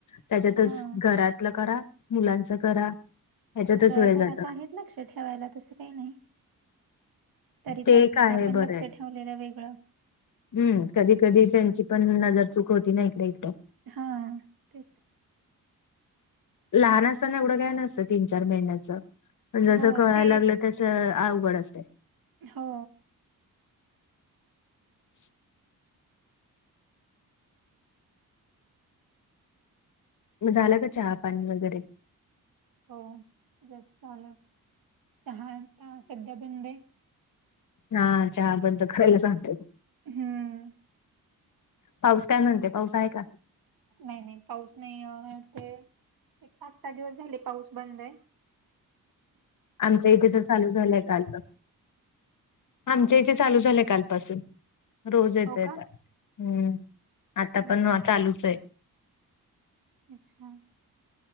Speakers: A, on the left; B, on the right.
A: त्याच्यातच
B: हा
A: घरातलं करा मुलांच करा. ह्याच्यातच
B: तसं
A: वेळ जातो.
B: घरात आहे लक्ष ठेवायला तसं काय नाही. तरी
A: ते
B: पण
A: एक आहे
B: आपण
A: बरं
B: लक्ष
A: आहे.
B: ठेवलेलं वेगळं.
A: हम्म कधी कधी त्यांची पण नजर चूक होती न्हाय इकड इकटं.
B: हा तेच!
A: लहान असताना एवढं काय नसतं तीन चार महिन्याचं पण जसं
B: हो
A: कळायला
B: ते
A: लागलं तसं अवघड असतयं.
B: हो!
A: <inaudible> म झालं का चहा पाणी वगैरे?
B: हो जास्त आलं चहा आता सध्या बंद हाय.
A: हा चहा बंद करायला सांगतय.
B: हम्म!
A: पाऊस काय म्हणते, पाऊस आहे का?
B: नाही नाही पाऊस नाही आहे ते एक पाच सहा दिवस झाले पाऊस बंद हाय.
A: आमच्या इथे तर चालू झालंय कालपा आमच्या इथे चालू झालांय कालपासून रोज येतोय
B: हो का
A: आता. हम्म, आता
B: हम्म
A: पण चालूच हाय.
B: अच्छा,